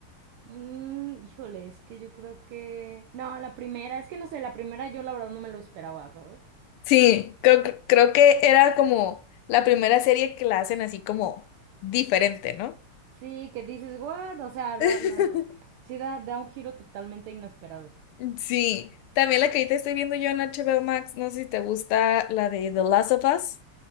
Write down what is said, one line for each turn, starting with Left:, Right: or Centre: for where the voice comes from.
Right: Mm, híjole, es que yo creo que... No, la primera, es que no sé, la primera yo la verdad no me lo esperaba, ¿sabes?
Left: Sí, creo, creo que era como la primera serie que la hacen así como diferente, ¿no?
Right: Sí, que dices, what? O sea,
Left: <laughs>
Right: ra- la- sí da, da un giro totalmente inesperado.
Left: Sí, también la que ahorita estoy viendo yo en HBO Max, no sé si te gusta la de The Last of Us,